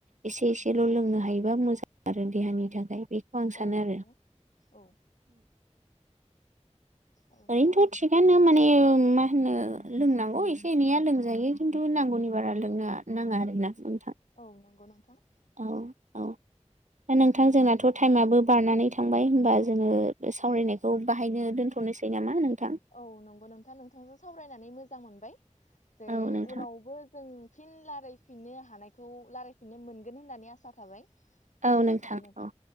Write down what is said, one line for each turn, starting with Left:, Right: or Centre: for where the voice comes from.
Right: एसे एसेल' लोंनो हायोबा मोजां आरो देहानि थाखाय। बेखौ आं
Left: औ
Right: सानो आरो
Left: नंगौ औ औ
Right: ओरैनोथ'
Left: नंगौ
Right: थिगानो माने मा होनो लोंनांगौ एसे एनैया लोंजायो। खिन्थु नांगौनि बारा लोंनो नाङा आरोना नोंथां।
Left: औ नंगौ नोंथां
Right: औ औ दा नोंथां जोंनाथ' टाइमाबबो बारनानै थांबाय होमबा जोङो सावरायनायखौ बाहायनो दोनथ' थ'नोसै नामा नोंथां?
Left: औ नंगौ नोंथाङा नोंथांजों सावरायनानै मोजां मोनबाय जे
Right: औ नोंथां
Left: उनावबो जों फिन लाराय फिननो हानायखौ रायज्लायफिननो मोनगोन होननानै आसा थाबाय
Right: औ
Left: गोजोननाय थाबाय नोंथां।
Right: औ